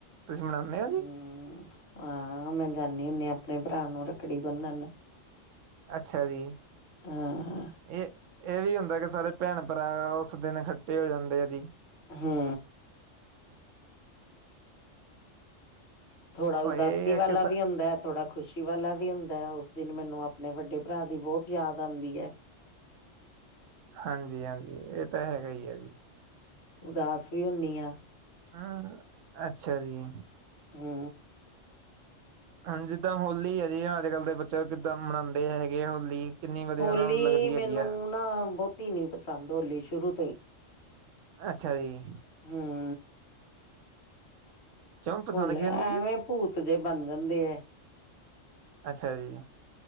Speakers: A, on the right; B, on the left.
A: ਤੁਸੀਂ ਮਨਾਉਂਦੇ ਹੋ ਜੀ?
B: ਹਮ, ਹਾਂ। ਮੈਂ ਜਾਂਨੀ ਹੁੰਨੀ ਆ, ਆਪਣੇ ਭਰਾ ਨੂੰ ਰੱਖੜੀ ਬੰਨਣ।
A: ਅੱਛਾ ਜੀ।
B: ਹਾਂ
A: ਇਹ-ਇਹ ਵੀ ਹੁੰਦਾ ਕਿ ਸਾਰੇ ਭੈਣ ਭਰਾ ਉਸ ਦਿਨ ਇਕੱਠੇ ਹੋ ਜਾਂਦੇ ਆ ਜੀ।
B: ਹੂੰ। ਥੋੜਾ
A: ਉਹ
B: ਉਦਾਸੀ
A: ਇਹ
B: ਵਾਲਾ
A: ਆ ਕਿ
B: ਵੀ ਹੁੰਦੈ, ਥੋੜਾ ਖੁਸ਼ੀ ਵਾਲਾ ਵੀ ਹੁੰਦਾ ਐ, ਉਸ ਦਿਨ ਮੈਨੂੰ ਆਪਣੇ ਵੱਡੇ ਭਰਾ ਦੀ ਬਹੁਤ ਯਾਦ ਆਉਂਦੀ ਐ।
A: ਹਾਂਜੀ-ਹਾਂਜੀ। ਇਹ ਤਾਂ ਹੈਗਾ ਈ ਐ ਜੀ।
B: ਉਦਾਸ ਵੀ ਹੁੰਨੀ ਆ।
A: ਆਹ। ਅੱਛਾ ਜੀ।
B: ਹੂੰ।
A: ਹਾਂਜੀ। ਜਿੱਦਾਂ ਹੋਲੀ ਹੈ ਜੀ। ਅੱਜ-ਕੱਲ੍ਹ ਦੇ ਬੱਚੇ ਕਿੱਦਾਂ ਮਨਾਉਂਦੇ ਹੈਗੇ ਐ ਹੋਲੀ ਕਿੰਨੀ ਵਧੀਆ
B: ਹੋਲੀ
A: ਉਹਨਾਂ ਨੂੰ ਲੱਗਦੀ
B: ਮੈਨੂੰ
A: ਹੈਗੀ ਆ
B: ਨਾ ਬਹੁਤੀ ਨੀ ਪਸੰਦ ਹੋਲੀ ਸ਼ੁਰੂ ਤੋਂ ਈ।
A: ਅੱਛਾ ਜੀ।
B: ਹਮ।
A: ਕਿਉਂ ਪਸੰਦ
B: ਹੋਲੀ
A: ਕਿਉਂ
B: ਐਵੇਂ
A: ਨੀ ਜੀ
B: ਭੂਤ ਜੇ ਬਣ ਜਾਂਦੇ ਐ।
A: ਅੱਛਾ ਜੀ।